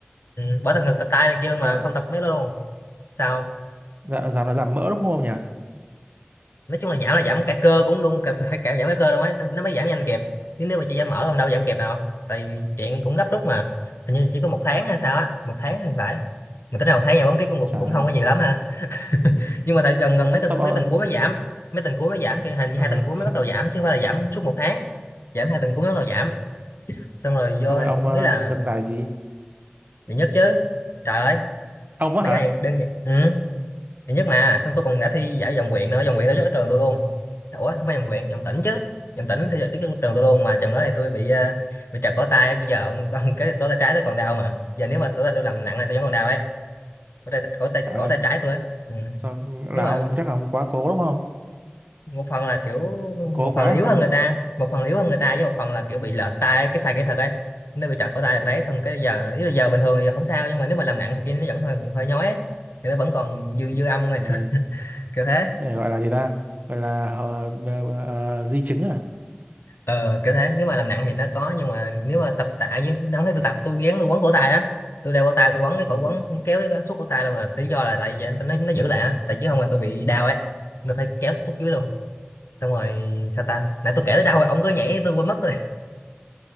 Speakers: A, on the left (about 85°); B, on the right (about 45°).
A: ừ, bỏ tập ngực tập tay này kia đâu
B: dạ,
A: mà không tập mấy đó luôn sao
B: dạ, giảm là giảm mỡ đúng không nhỉ?
A: nói chung là giảm là giảm cả cơ cũng luôn cả, phải cả giảm cả cơ luôn ấy nó mới giảm nhanh kịp chứ nếu mà chị giảm mỡ không đâu giảm kịp đâu tại vì chuyện cũng gấp rút mà hình như chỉ có một tháng hay sao á một tháng thì phải mà tính ra một tháng giảm bốn ký cũng cũng
B: Trời
A: cũng
B: ơi.
A: không có nhiều lắm ha nhưng mà tại gần gần mấy tuần
B: Xong rồi,
A: mấy tuần cuối mới giảm mấy tuần cuối mới giảm kia hình như
B: ờ,
A: hai tuần cuối mới bắt đầu giảm chứ không phải là giảm suốt một tháng giảm hai tuần cuối mới bắt đầu giảm xong rồi
B: xong
A: vô
B: rồi
A: thì
B: ông
A: cũng
B: ờ,
A: ý là
B: được giải gì?
A: giải nhất chứ trời ơi
B: Ông á
A: mấy
B: hả?
A: cái này đơn giản ừ giải nhất mà xong tôi còn đã thi giải vòng huyện nữa vòng huyện tổ chức ở trường tôi luôn ủa không phải vòng huyện vòng tỉnh chứ vòng tỉnh thi tổ chức ở trường tôi luôn mà trường đó thì tôi bị ờ, bị trật cổ tay bây giờ ông, ông cái cổ tay trái tôi còn đau mà giờ nếu mà cổ tay tôi làm nặng này tôi vẫn còn đau ấy cổ tay cổ tay
B: Trời
A: cổ
B: ơi.
A: tay trái tôi ấy. Ừ.
B: Sao
A: nếu
B: là
A: mà
B: ông chắc là ông quá cố đúng không?
A: một phần là kiểu
B: Cố
A: một
B: quá
A: phần
B: hay
A: là yếu
B: sao?
A: hơn người ta một phần là yếu hơn người ta với một phần là kiểu bị lệch tai cái sai kỹ thuật ấy nó bị trật cổ tay
B: Ừ.
A: được đấy xong cái giờ ý là giờ bình thường thì giờ không sao nhưng mà nếu mà làm nặng thì kia nó vẫn hơi hơi nhói ấy. thì nó vẫn còn
B: Ừ.
A: dư dư âm ngày
B: Trời
A: xưa
B: ơi.
A: <laughs> kiểu thế
B: Cái này gọi là gì ta gọi là họ ờ, ờ, ờ, di chứng à
A: ờ kiểu thế nếu mà làm nặng thì nó có nhưng mà nếu mà tập tạ như đóng thấy tôi tập tôi gắng tôi quấn cổ tay á tôi đeo cổ tay tôi quấn cái cổ
B: ừ.
A: quấn xong kéo cái suốt cổ tay luôn là lý do là tại vì nó nó giữ lại á tại chứ không là tôi bị đau ấy tôi phải kéo tôi tút dưới luôn xong rồi sao ta nãy tôi kể tới đâu rồi ông cứ nhảy tôi quên mất rồi